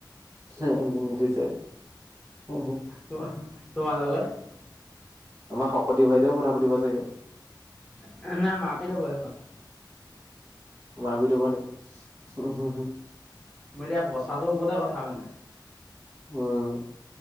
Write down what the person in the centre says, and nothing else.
তোমাৰ, তোমাৰ লগত।
নাই, মাৰপিট হব এইখন।
মই এতিয়া বচাটো ওপৰতে কথা মানে।